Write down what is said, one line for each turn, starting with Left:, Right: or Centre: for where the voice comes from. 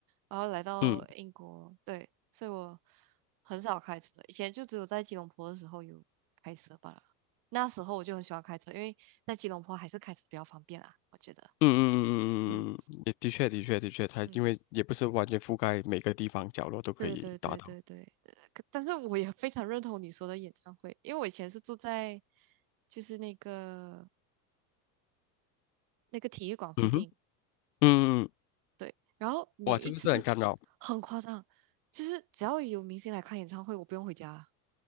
Right: 然后来到英国，
Left: 嗯
Right: 对，所以我很少开车，以前就只有在吉隆坡的时候有开车罢了，那时候我就很喜欢开车，因为在吉隆坡还是开车比较方便啊，我觉得，
Left: 嗯嗯嗯嗯嗯，
Right: 嗯
Left: 嗯也的确的确的确，它因为也不是完全覆盖每个地方角落都可以达到。
Right: 嗯。对对对对对，呃可但是我也非常认同你说的演唱会，因为我以前是住在就是那个那个体育馆附近，
Left: 嗯哼，嗯，嗯嗯
Right: 对，然后每一次
Left: 哇，这个是很干扰，
Right: 很夸张，就是只要有明星来看演唱会，我不用回家